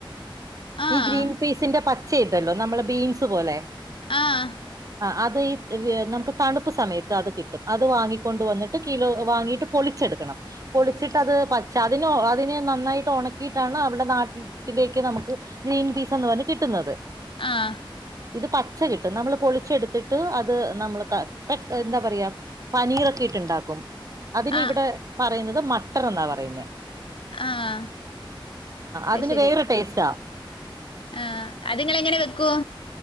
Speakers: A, on the left (about 70°); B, on the right (about 40°).
A: ആഹ്
B: ഈ ഗ്രീൻ പീസിന്റെ പച്ച ഇണ്ടല്ലോ നമ്മളെ ബീൻസ് പോലെ
A: ആഹ്
B: ആഹ് അത് ഈ നമുക്ക് തണുപ്പ് സമയത്ത് അത് കിട്ടും അത് വാങ്ങിക്കൊണ്ട് വന്നിട്ട് കിലോ വാങ്ങീട്ട് പൊളിച്ചെടുക്കണം പൊളിച്ചിട്ട് അത് പച്ച അതിന് അതിനെ നന്നായിട്ട് ഉണക്കിയിട്ടാണ് അവിടെ നാട്ടിൽ ട്ടിലേക്ക് നമ്മുക്ക് ഗ്രീൻ പീസ് ആന്ന് പറഞ്ഞ് കിട്ടുന്നത്
A: ആഹ്
B: ഇത് പച്ച കിട്ടും നമ്മള് പൊളിച്ചെടുത്തിട്ട് അത് നമ്മള് ക എന്താ പറയാ പനീറൊക്കെ ഇട്ടുണ്ടാക്കും അതിന്
A: ആഹ്
B: ഇവിടെ പറയുന്നത് മട്ടർന്നാ പറയുന്നെ
A: ആഹ് അയ്
B: അതിന്
A: ശരി
B: വേറെ ടേസ്റ്റാ
A: ആഹ് അത് ഇങ്ങൾ എങ്ങനെ വെക്കും